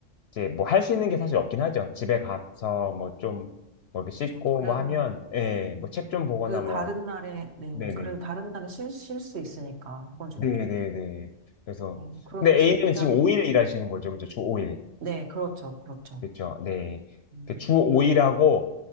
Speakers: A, on the left; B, on the right.
A: 이제 뭐 할 수 있는 게 사실 없긴 하죠. 집에 가서 뭐 좀, 뭐 이렇게 씻고
B: 저, 그래도,
A: 뭐 하면, 예, 뭐 책
B: 음,
A: 좀 보거나
B: 그래도 다른
A: 뭐,
B: 날에, 네,
A: 네네.
B: 그래도 다른 날에 쉴, 쉴 수 있으니까, 그건 좋네요.
A: 네네네. 그래서,
B: 어, 그럼
A: 근데 A님은
B: 직장,
A: 지금 5일
B: 어,
A: 일하시는 거죠. 그죠? 주 5일.
B: 네, 그렇죠, 그렇죠.
A: 그렇죠 네.
B: 음,
A: 그주 5일하고